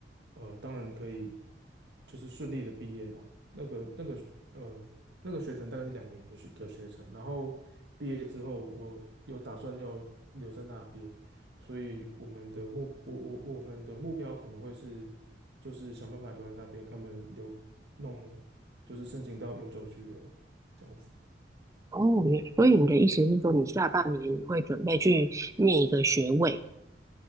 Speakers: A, on the right; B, on the right.
A: 呃，当然可以就是顺利的毕业嘛，那个那个呃那个学程大概是两年的学的学程，然后毕业之后我有打算要留在那边，所以我们的目，我我我们的目标可能会是，就是想办法留在那边，他们留弄，就是申请到永久居留这样子。
B: 哦，原所以你的意思是说，你下半年你会准备去念一个学位？